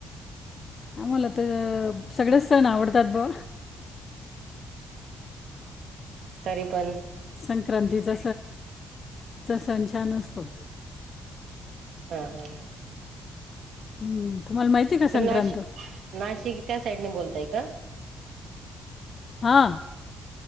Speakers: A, on the left; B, on the right.
A: आमला तर सगळेच सण आवडतात ब
B: सरी पण
A: संक्रांतीचा सण छान असतो
B: हा हा
A: हम्म तुम्हाला माहिती आहे का
B: तुम्ही
A: संक्रांत
B: नाशिक, नाशिक त्या साईडने बोलताय का?
A: हा